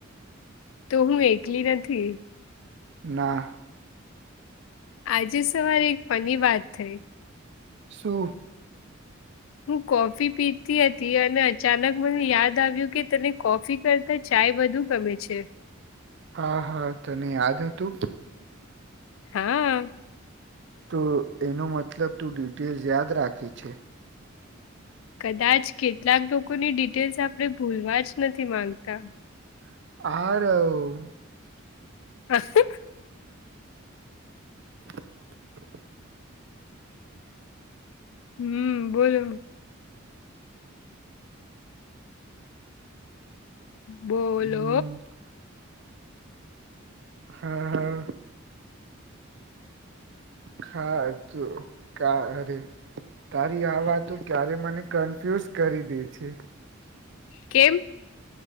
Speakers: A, on the left; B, on the right.
A: તો હું એકલી નથી.
B: ના.
A: આજે સવારે એક ફની વાત થઈ.
B: શું?
A: હું, કોફી પીતી હતી અને અચાનક મને યાદ આવ્યું કે, તને કોફી કરતા ચા એ વધુ ગમે છે.
B: હા હા, તને યાદ હતું?
A: હા.
B: તો એનો મતલબ તું ડિટેલ યાદ રાખે છે.
A: કદાચ કેટલાક લોકોની ડિટેલ્સ આપણે ભૂલવા જ નથી માંગતા.
B: હારવ.
A: હસને.
B: <inaudible>
A: હમ બોલો બોલો.
B: હમ હા હા. ખાધુ કયારે? તારી આ વાતો ક્યારે મને કન્ફ્યુઝ કરી દે છે.
A: કેમ?